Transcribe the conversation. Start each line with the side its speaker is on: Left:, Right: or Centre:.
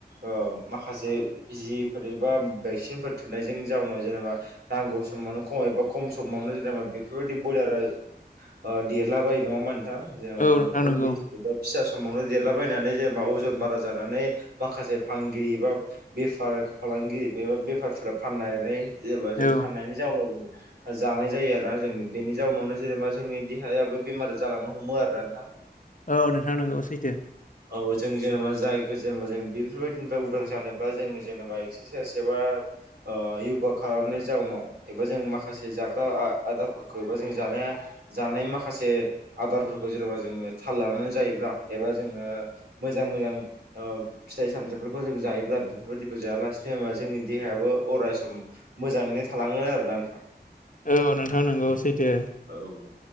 Right: ओ माखासे बिजिफोर एबा भेक्सिनफोर थुना नायजों जाउनाव जेनेबा नांगौ समावनो खम एबा खम समावनो जेनेबा बेफोरबायदि बयलारा ओ देरला बायो नङामा नोंथां जेनेबा
Left: औ
Right: जों
Left: नोंथां
Right: उन्दै
Left: नंगौ
Right: एबा फिसा समावनो देरलाबायनानै जेनेबा अजन बारा जानानै माखासे फालांगिरि एबा बेफार फालांगिरि एबा बेफारफोरा फाननानै जेनेबा जों
Left: औ
Right: फाननायनि जाउनाव जों जानाय जायो आरोना। जों बेनि जाउनावनो जेनेबा जोंनि देहायाबो बेमार जालांनो हमो आरोना नोंथां।
Left: औ नोंथां नंगौ सैथो।
Right: औ जों जेनेबा जायखौ जेनेबा जों बेफोरबायदिनिफ्राय उदां जानोब्ला जों जेनेबा एक्सारसाइस एबा ओ य'गा खालामनाय जाउनाव एबा जों माखासे जाग्रा आदारफोरखौ एबा जों जानाय जानाय माखासे आदारफोरखौ जेनेबा जोङो थाल लानानै जायोब्ला एबा जोङो मोजां मोजां मोजां ओ फिथाइ सामथाइफोरखौ जों जायोब्ला बेफोरबायादिखौ जायालासेनो मा जोंनि देहायाबो अरायसम मोजाङैनो थालाङो आरोना नोंथां।
Left: औ नोंथां नोंगौ सैथो।
Right: औ